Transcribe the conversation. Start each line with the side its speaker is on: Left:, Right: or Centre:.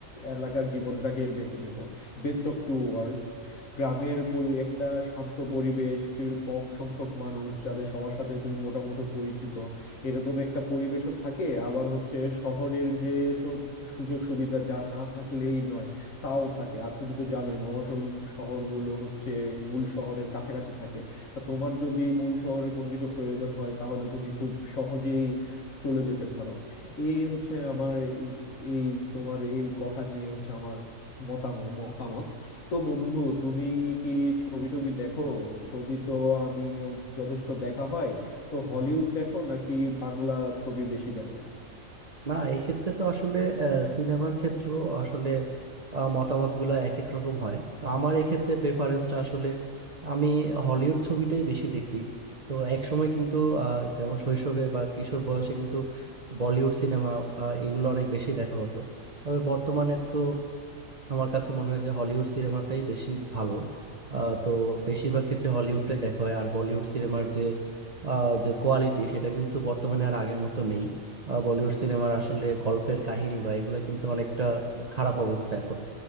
Left: এলাকার জীবনটাকে বেছে নিব Best of two worlds গ্রামের পরি একটা শান্ত পরিবেশ কি- কম সংখ্যক মানুষ যাদের সবার সাথে তুমি মোটামুটি পরিচিত এরকম একটা পরিবেশও থাকে আবার হচ্ছে শহরের যে সব সুযোগ সুবিধা যা না থাকলেই নয় তাও থাকে আর তুমি তো জানোই মফস্বল শহরগুলো হচ্ছে মূল শহরের কাছাকাছি থাকে আর তোমার যদি মূল শহরে কোনো কিছু প্রয়োজন হয় তাহলে তুমি খুব সহজেই চলে যেতে পারো এই হচ্ছে আমার এই তোমার এই কথা নিয়ে হচ্ছে আমার মতামত মতামত তো বন্ধু তুমি কি ছবি টবি দেখো ছবি তো আমি যথেষ্ট দেখা হয় তো হলিউড দেখো নাকি বাংলা ছবি বেশি দেখো
Right: না এক্ষেত্রে তো আসলে সিনেমার ক্ষেত্র আসলে মতামত গুলা এক এক রকম হয় তো আমার এক্ষেত্রে প্রেফারেন্সটা আসলে আমি হলিউড ছবিটাই বেশি দেখি তো একসময় কিন্তু আহ, যেমন শৈশবে বা কিশোর বয়সে কিন্তু বলিউড সিনেমা এগুলো অনেক বেশি দেখা হতো তবে বর্তমানে তো আমার কাছে মনে হয় যে হলিউড সিনেমাটাই বেশি ভালো আহ, তো বেশিরভাগ ক্ষেত্রে হলিউডটাই দেখা হয় আর বলিউড সিনেমার যে আহ, যে কোয়ালিটি সেটা কিন্তু বর্তমানে আর আগের মতো নেই আহ, বলিউড সিনেমার আসলে গল্পের কাহিনী বা এগুলো কিন্তু অনেকটা খারাপ অবস্থা এখন